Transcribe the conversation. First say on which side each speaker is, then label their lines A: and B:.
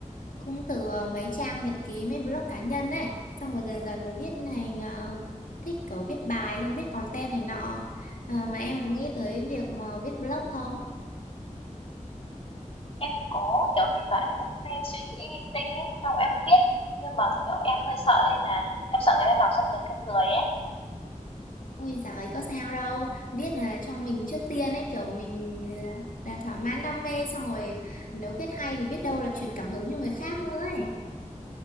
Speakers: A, on the left; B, on the left.
A: cũng từ uh, mấy trang nhật ký mấy blog cá nhân ấy xong rồi dần dần mới viết thành ờ, thích kiểu viết bài không viết content này nọ Ờ, mà em có nghĩ tới việc mà viết blog không
B: em có kiểu thỉnh thoảng em cũng hay suy nghĩ linh tinh ấy xong em viết nhưng mà kiểu em hơi sợ lên là em sợ người ta đọc xong cười cười cười ấy
A: Ôi giời, có sao đâu. Viết là cho mình trước tiên ấy, kiểu mình ờ, đã thỏa mãn đam mê xong rồi nếu viết hay thì biết đâu là truyền cảm hứng cho người khác nữa ấy.